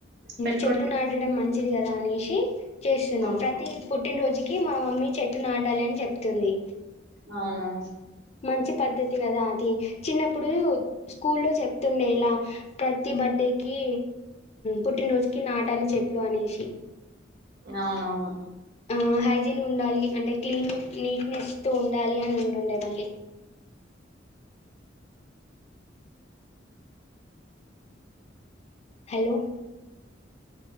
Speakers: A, on the right (about 60°); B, on the left (about 35°).
A: పెట్టుకుంట
B: చెట్లు నాటడం మంచిది కదా అనేసి చేస్తున్నాం
A: అవును
B: ప్రతి పుట్టినరోజుకి కి మా మమ్మీ చెట్టు నాటాలని చెప్తుంది
A: అవునా
B: మంచి పద్ధతి కదా అది చిన్నప్పుడు స్కూల్లో చెప్తుండే ఇలా ప్రతి బర్త్డేకి పుట్టినరోజుకి నాటాలి చెట్లు అనేసి
A: అవునవును
B: ఆ హైజీన్ ఉండాలి అంటే క్లీన్ నీట్నెస్ తో ఉండాలి అని ఉంటుండే మళ్ళీ హలో